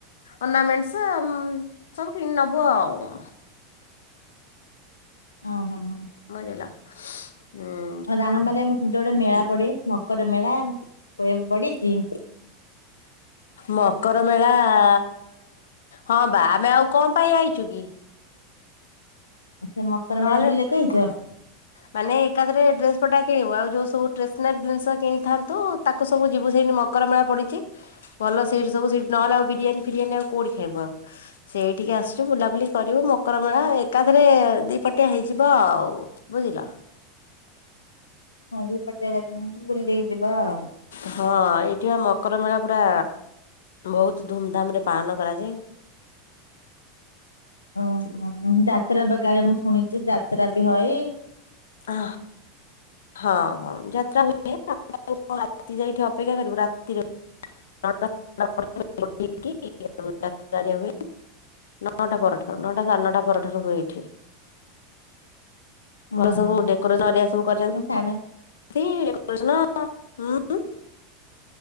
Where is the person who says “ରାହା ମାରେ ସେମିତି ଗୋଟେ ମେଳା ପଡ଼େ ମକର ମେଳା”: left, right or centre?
Left